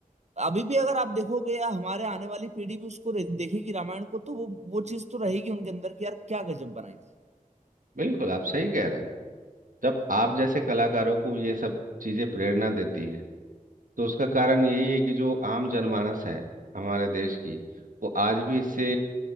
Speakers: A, on the right (about 50°); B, on the right (about 65°).
A: अभी भी अगर आप देखोगे या हमारे आने वाली पीढ़ी भी उसको रे- देखेगी रामायण को तो वो वो चीज तो रहेगी उनके अंदर कि यार क्या गजब बनाई थी
B: बिल्कुल आप सही कह रहे हैं जब आप जैसे कलाकारों को ये सब चीजें प्रेरणा देती है तो उसका कारण यही है कि जो आम जनमानस है हमारे देश की वो आज भी इससे